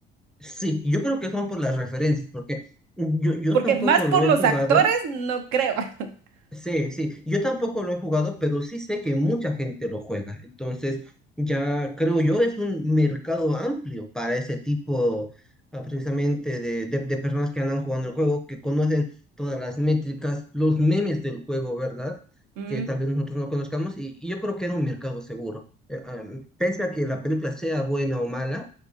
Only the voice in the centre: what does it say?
Sí, yo creo que son por las referencias, porque yo, yo
tampoco
lo he
jugado,
Sí, sí. Yo tampoco lo he jugado, pero sí sé que mucha gente lo juega. Entonces, ya creo yo es un mercado amplio para ese tipo, ah, precisamente, de, de- de personas que andan jugando el juego, que conocen todas las métricas, los memes del juego, ¿verdad?
Que tal vez nosotros no conozcamos. Y, y yo creo que era un mercado seguro. Eh, ah, pese a que la película sea buena o mala,